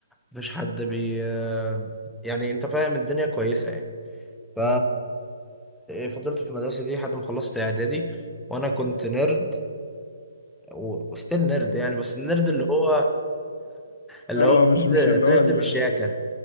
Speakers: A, in the centre; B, on the left.
A: مفيش حد بي آه، يعني أنت فاهم الدنيا كويسة يعني ف
B: <laughs>
A: فضلت في المدرسة دي لحد ما خلصت إعدادي وأنا كنت نيرد وستيل نيرد يعني بس النيرد اللي هو اللي
B: اه
A: هو
B: مش
A: نيرد
B: مش اللي
A: نيرد
B: هو ال-
A: بالشياكة